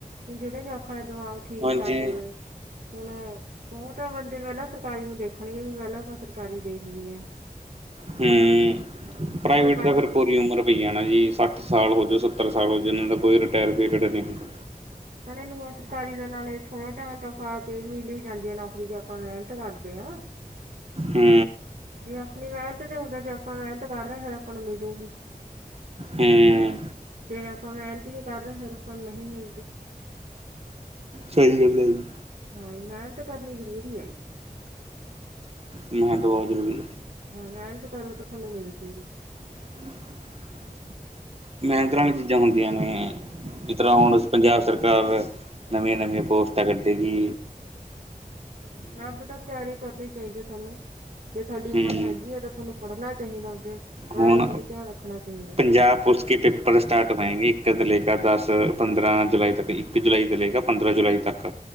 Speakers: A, on the right; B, on the right.
A: ਤੇ ਜਿਹੜੇ ਜਵਾਕਾ ਦੇ ਦਿਮਾਗ ਠੀਕ
B: ਹਾਂਜੀ,
A: ਠਾਕ ਹੋਵੇ, ਹੁਨ ਉਹ ਤਾਂ ਬੰਦੇ ਪਹਿਲਾਂ ਸਰਕਾਰੀ ਨੂੰ ਦੇਖ ਆਖਣਗੇ ਵੀ ਪਹਿਲਾਂ ਆਪਾਂ ਸਰਕਾਰੀ ਦੇਖ ਲਿਏ ਹਾਂ
B: ਹੂੰ।
A: ਉਹ
B: ਪ੍ਰਾਈਵੇਟ
A: ਨੇ ਕੱਢ
B: ਤਾਂ ਫਿਰ ਪੂਰੀ ਉਮਰ ਪਈ ਜਾਣਾ ਵੀ ਸੱਠ ਸਾਲ ਹੋ ਗਏ ਸੱਤਰ ਸਾਲ ਹੋਜੇ ਇਹਨਾਂ ਦਾ ਕੋਈ ਰਿਟਾਇਰ ਪੀਰੀਅਡ ਨਹੀਂ ਹੁੰਦਾ
A: ਨਾਲ ਇਹ ਨੂੰ ਸਰਕਾਰੀ ਦੇ ਨਾਲੇ ਥੋੜਾ ਟਾਈਮ ਤੱਕ ਆ ਕੇ ਮਿਲ ਹੀ ਜਾਂਦੀ ਏ ਨੌਕਰੀ ਜੇ ਆਪਾਂ ਮਿਹਨਤ ਕਰਦੇ ਆ
B: ਹੰ
A: ਜੇ ਅਪਨੀ ਮਿਹਨਤ ਤੇ ਹੁੰਦਾ ਜੇ ਆਪਾਂ ਮਿਹਨਤ ਕਰ ਰਹੇ ਆ ਫੇਰ ਆਪਾਂ ਨੂੰ ਮਿਲੂਗੀ
B: ਹੂੰ
A: ਜੇ ਆਪਾਂ ਮਿਹਨਤ ਹੀ ਨਹੀ ਕਰ ਰਹੇ ਫੇਰ ਆਪਾਂ ਨੂੰ ਨਹੀਂ ਮਿਲਦੀ
B: ਸਹੀ ਗੱਲ ਏ ਜੀ
A: ਹਾਂਜੀ ਮਿਹਨਤ ਕਰਨੀ ਜ਼ਰੂਰੀ ਐ ਈ
B: ਮੇਹਨਤ ਬਹੁਤ ਜਰੂਰੀ ਐ
A: ਹਾਂ ਮਿਹਨਤ ਕਰੋ ਤਾਂ ਤੁਹਾਨੂੰ ਮਿਲਜੂਗੀ
B: <unintelligible>
A: <inaudible>
B: ਮਿਹਨਤ
A: ਹਮ,
B: ਵਾਲੀਆਂ ਚੀਜ਼ਾਂ ਹੁੰਦੀਆਂ ਨੇ ਜਿਸ ਤਰ੍ਹਾਂ
A: ਹਾਂ
B: ਹੁਣ
A: ਜੀ
B: ਪੰਜਾਬ ਸਰਕਾਰ ਐ ਨਵੀਆਂ ਨਵੀਆਂ ਪੋਸਟਾਂ ਕੱਢੇ ਗੀ
A: ਨਾ ਪਤਾ ਤਿਆਰੀ ਕਰਨੀ ਚਾਹੀਦੀ ਏ ਤੁਹਾਨੂੰ ਜੇ ਤੁਹਾਡੀ ਉਮਰ
B: ਹੂੰ
A: ਹੈਗੀ ਹੈ ਏ ਤਾਂ ਤੁਹਾਨੂੰ ਪੜ੍ਹਨਾ ਚਾਹੀਦਾ ਅੱਗੇ ਪੜ੍ਹਾਈ
B: ਹੁਣ
A: ਤੇ ਨਹੀਂ ਧਿਆਨ ਰੱਖਨਾ ਚਾਹੀਦਾ
B: ਪੰਜਾਬ ਪੁਲਿਸ ਕਿ ਪੇਪਰ ਸਟਾਰਟ ਹੋਏਗੇ ਇੱਕ ਤੋਂ ਲੈ ਕੇ ਏ ਦਸ ਪੰਦਰਾਂ ਜੁਲਾਈ ਤੱਕ ਇੱਕ ਜੁਲਾਈ ਤੇ ਲੇਕੈ ਪੰਦਰਾਂ ਜੁਲਾਈ ਤੱਕ